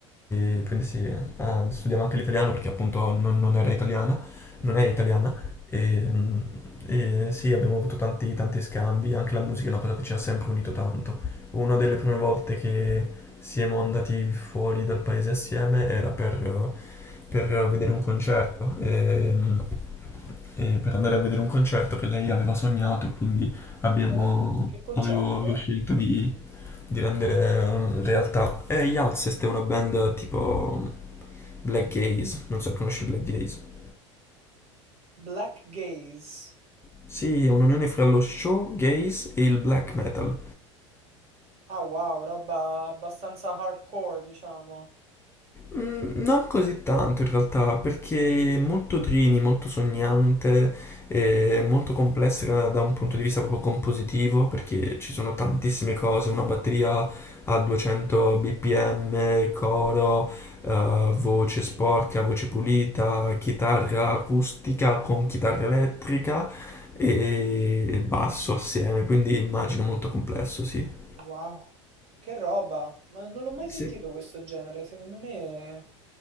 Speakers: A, on the left; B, on the right.
A: e prendessi, ah, studiava anche l'italiano perché appunto non, non era italiana, non è
B: Mhm.
A: italiana e, mm, e sì, abbiamo avuto tanti, tanti scambi, anche la musica è una cosa che ci ha sempre unito tanto. Una delle prime volte che siamo andati fuori dal paese assieme era per, per vedere un concerto, e, mm, e per andare a vedere un concerto che lei aveva sognato e quindi abbiamo,
B: Che bello, che concerto!
A: avevo, avevo scelto di, di rendere eh, realtà. E gli Alcest è una band tipo black gaze, non so, conosci il black gaze?
B: Black Gaze.
A: Sì, è un'unione fra lo show gaze e il black metal.
B: Ah wow, roba abbastanza hardcore, diciamo.
A: Mm, Non così tanto in realtà, perché è molto Drini, molto sognante, e molto complessa da da un punto di vista proprio compositivo, perché ci sono tantissime cose, una batteria a 200 bpm, coro, eh, voce sporca, voce pulita, chitarra acustica con chitarra elettrica e basso assieme, quindi immagino molto complesso, sì.
B: Wow, che roba. Ma non l'ho mai sentito
A: Sì.
B: questo genere. Secondo me